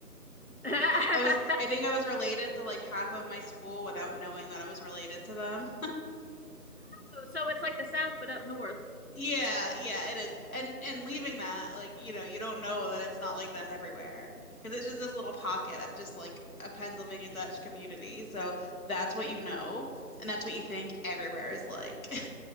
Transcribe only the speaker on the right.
<laughs>
Oh, so it's like the South but up north.